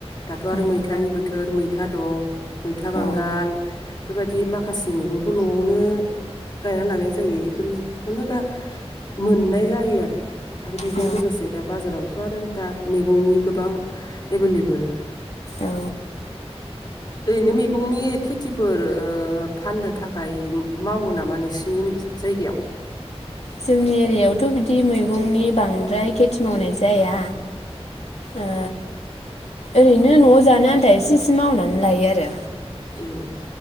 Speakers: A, on the left; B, on the left.
A: दाथ' आरो
B: उम
A: मैथानि बोथोर मैथा दं। मैथा बांगाल
B: औ
A: फोरबादि माखासे मेगंखौ न'आवनो गायना लानाय जायो इफोरखौनो दा मोननाय जायो आरो। आरो बेजों
B: औ
A: लोगोसे दा बाजाराव थ' आरो दा मैगंनि गोबां एभेलेबोल
B: औ
A: <inaudible> फुंनि खेथिफोर ओ फाननो थाखाय मावो नामा नोंसिनि जायगायाव?
B: जोंनि एरियाव थ' बिदि मैगंनि बांद्राय खेथि मावनाय जाया ओ ओरैनो न'आव जानो आन्दा एसे इसे मावनानै लायो आरो।
A: उम